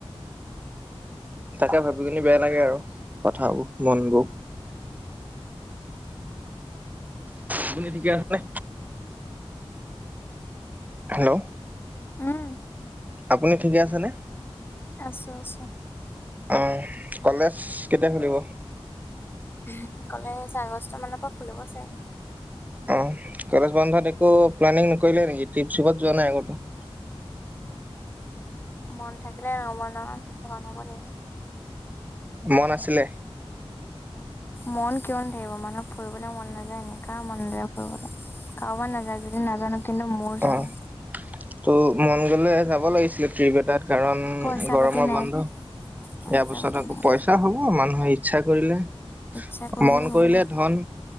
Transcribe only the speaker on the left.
উম
আছো আছো।
উমহ ক'লেচ আগষ্ট মান পা খুলিব চাগে।
মন থাকিলে নহব ন ধন হব লাগিব।
মন কিয় নাথাকিব মানুহ ফুৰিবলৈ মন নাযায় কাৰ মন নাযায় ফুৰিবলৈ। কাৰোবাৰ নাযায় যদি নাজানো কিন্তু মোৰ যায়।
পইচা
পাতি নাই
যে পইচা
পাতি
নাই
ইচ্ছা কৰিলেও
নহব